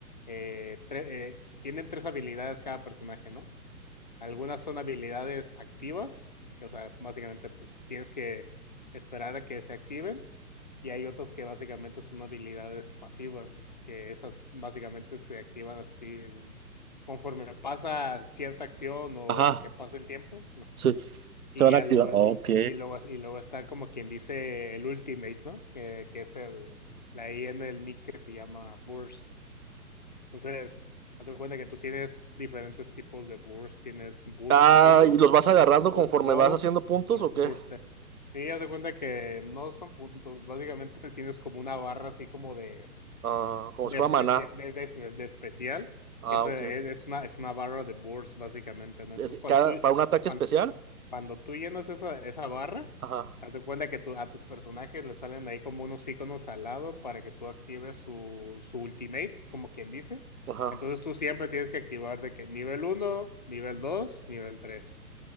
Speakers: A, on the left (about 30°); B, on the right (about 70°).
A: eh, tre- eh, tienen tres habilidades cada personaje, ¿no? Algunas son habilidades activas, que o sea, básicamente pues tienes que esperar a que se activen y hay otras que básicamente son habilidades pasivas, que esas básicamente se activan así conforme pasa cierta acción o
B: Ajá.
A: que pasa el tiempo. ¿no?
B: Sí.
A: Y
B: Se van
A: ya
B: a activar.
A: luego,
B: Ok.
A: y, y luego, y luego está como quien dice el Ultimate, ¿no? Que, que es el, la I en el nick que se llama Burst. Entonces, hazte cuenta que tú tienes diferentes tipos de Burst. Tienes Burst
B: Ah,
A: uno
B: ¿y los vas agarrando
A: Burst
B: conforme
A: 2,
B: vas haciendo
A: Bur-
B: puntos o
A: Burst.
B: qué?
A: T. Sí, haz de cuenta que no son puntos. Básicamente tienes como una barra así como de,
B: Ah, como
A: de
B: si fuera
A: especial,
B: maná.
A: de, de- de especial,
B: Ah,
A: que es,
B: ok.
A: eh, es una, es una barra de Burst, básicamente, ¿no?
B: Es-
A: Entonces, cuando
B: cada,
A: tú,
B: para un ataque
A: cuan-
B: especial.
A: cuando, tú llenas esa, esa barra,
B: Ajá,
A: haz de cuenta que tu- a tus personajes le salen ahí como unos iconos al lado para que tú actives su, su ultimate, como quien dice.
B: ajá.
A: Entonces tú siempre tienes que activar de que nivel uno, nivel 2, nivel 3.